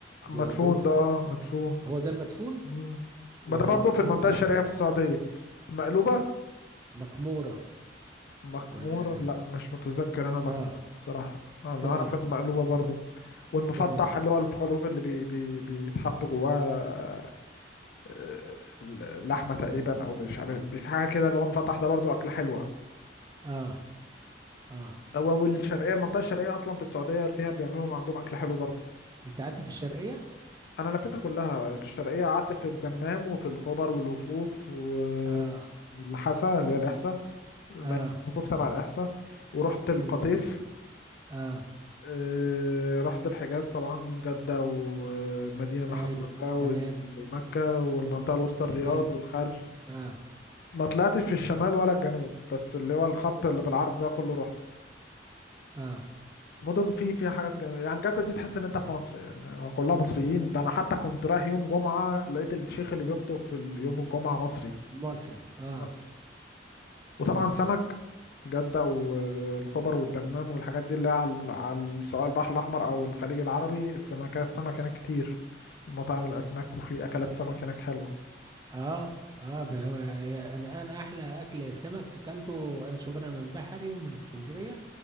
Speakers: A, on the right; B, on the left.
A: جوه
B: مدفون
A: الرز
B: ده اه مدفون
A: هو ده المدفون
B: مم. ما
A: ولا
B: ده برضه
A: المكمورة
B: في المنطقة الشرقية في السعودية مقلوبة
A: مكمورة
B: مكمورة
A: ولا
B: لا مش متذكر أنا مكمورة
A: اه
B: الصراحة أنا
A: تمام
B: أعرف المقلوبة برضه والمفتح
A: تمام
B: اللي هو الخروف اللي بي بي بيتحط جواه آه، لحمة تقريبا أو مش عارف- في حاجة كده اللي هو مفتح ده برضه أكلة حلوة
A: اه اه
B: هو والشرقيه المنطقه الشرقيه اصلا في السعوديه فيها بيعملوا عندهم اكل حلو برضه
A: انت قعدت في الشرقية
B: انا لفيتها كلها الشرقيه قعدت في الدمام وفي الخبر والوفوف و-
A: اه
B: والحسا اللي هي الاحساء الم-
A: اه
B: الوفوف تبع الاحساء ورحت القطيف
A: تمام اه
B: آه، رحت الحجاز طبعا جده والمدينه الحمد
A: ايوه
B: لله وال-
A: تمام
B: ومكه والمنطقه الوسطى الرياض
A: تمام
B: والخرج
A: اه
B: ما طلعتش في الشمال ولا الجنوب بس اللي هو الخط اللي بالعرض ده كله رحت
A: اه
B: مدن في فيها حاجات جميله يعني جده دي تحس ان انت في مصر يعني هو كلها مصريين ده انا حتى كنت رايح يوم جمعه لقيت الشيخ اللي بيخطب في يوم الجمعه مصري
A: مصري اه
B: مصر وطبعا
A: اه
B: سمك جده والخبر والدمام والحاجات دي اللي هي على على سواء البحر الاحمر او الخليج العربي السمكه السمك هناك كتير المطاعم الاسماك وفي اكلات سمك هناك حلوه
A: اه اه بقى هو هي- انا انا احلى اكل سمك اكلته انا شوف انا من بحري ومن اسكندرية